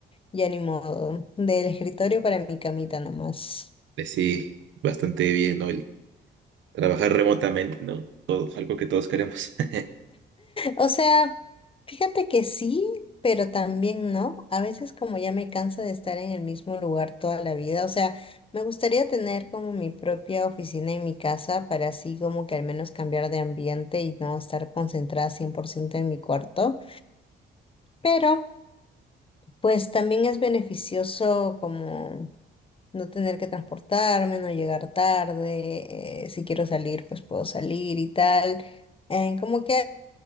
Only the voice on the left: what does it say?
ya ni modo. Del escritorio para mi camita nomás.
O sea, fíjate que sí, pero también no. A veces como ya me cansa de estar en el mismo lugar toda la vida. O sea, me gustaría tener como mi propia oficina en mi casa para así como que al menos cambiar de ambiente y no estar concentrada 100% en mi cuarto. Pero pues también es beneficioso como no tener que transportarme, no llegar tarde. eh, si quiero salir, pues puedo salir y tal. Eh, como que